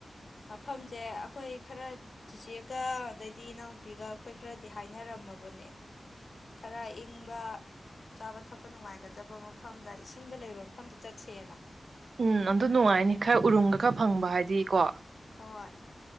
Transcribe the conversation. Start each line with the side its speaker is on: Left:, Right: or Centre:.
Left: ꯃꯐꯝꯁꯦ ꯑꯩꯈꯣꯏ ꯈꯔ ꯆꯤꯆꯦꯒ ꯑꯗꯩꯗꯤ ꯏꯅꯥꯎꯄꯤꯒ ꯑꯩꯈꯣꯏ ꯈꯔꯗꯤ ꯍꯥꯏꯅꯔꯝꯃꯕꯅꯦ ꯈꯔ ꯏꯪꯕ ꯆꯥꯕ ꯊꯛꯄ ꯅꯨꯡꯉꯥꯏꯒꯗꯕ ꯃꯐꯝꯗ ꯏꯁꯤꯡꯒ ꯂꯩꯕ ꯃꯐꯝꯗ ꯆꯠꯁꯦꯅ
Right: ꯎꯝ ꯑꯗꯨ ꯅꯨꯡꯉꯥꯏꯅꯤ ꯈꯔ ꯎꯔꯨꯝꯒ ꯈꯔ ꯐꯪꯕ ꯍꯥꯏꯗꯤ ꯀꯣ
Left: ꯍꯣꯏ